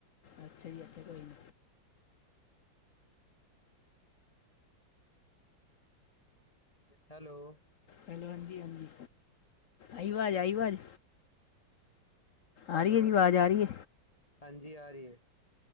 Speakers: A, on the left; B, on the left.
A: ਅੱਛਾ ਜੀ ਅੱਛਾ ਕੋਈ ਨੀ
B: ਹੈਲੋ
A: ਹੈਲੋ ਹਾਂਜੀ ਹਾਂਜੀ ਆਈ ਵਾਜ਼ ਆਈ ਵਾਜ਼
B: ਹੈਲੋ
A: ਆ ਰੀ ਐ ਜੀ ਵਾਜ਼ ਆ ਰੀ ਏ?
B: ਹਾਂਜੀ ਆ ਰਹੀ ਹੈ